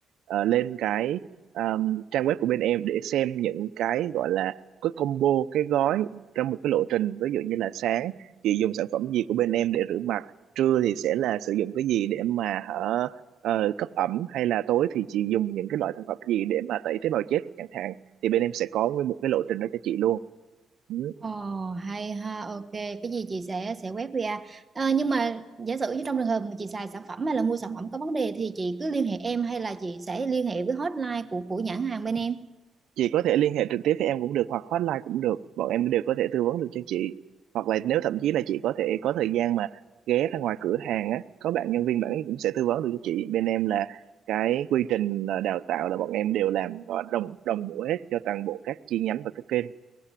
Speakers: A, on the right; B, on the right.
A: à, lên cái à, trang web của bên em để xem những cái gọi là cái combo cái gói trong một cái lộ trình ví dụ như là sáng chị dùng sản phẩm gì của bên em để rửa mặt trưa thì sẽ là sử dụng cái gì để mà hở ờ, cấp ẩm hay là tối thì chị dùng những cái loại sản phẩm gì để mà tẩy tế bào chết chẳng hạn thì bên em sẽ có nguyên một cái lộ trình đó cho chị luôn Ừ.
B: Ồ hay ha, ok. Cái gì chị sẽ sẽ quét QR. Ờ, nhưng mà giả sử như trong trường hợp mà chị xài sản phẩm hay là mua sản phẩm có vấn đề thì chị cứ liên hệ em hay là chị sẽ liên hệ với hotline của của nhãn hàng bên em.
A: chị có thể liên hệ trực tiếp với em cũng được hoặc hotline cũng được bọn em đều có thể tư vấn được cho chị hoặc là nếu thậm chí là chị có thể có thời gian mà ghé ra ngoài cửa hàng á có bạn nhân viên bạn ấy cũng sẽ tư vấn được cho chị bên em là cái quy trình à, đào tạo là bọn em đều làm gọi đồng đồng bộ hết cho toàn bộ các chi nhánh và các kênh